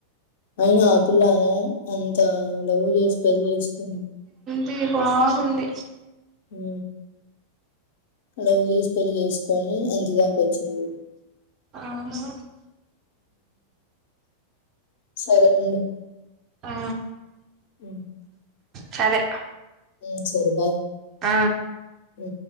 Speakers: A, on the left; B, on the right.
A: అయినా అ పిల్ల అ తా లవ్ చేసి పెళ్ళి చేసుకుంది
B: ఇది బాగుంది
A: హు లవ్ చేసి పెళ్లి చేసుకొని ఎంత దాకా వచ్చింది చుడు
B: అవును
A: సరే ఉండు
B: ఆ
A: హు
B: సరే
A: హు సరే బాయ్
B: ఆ
A: హు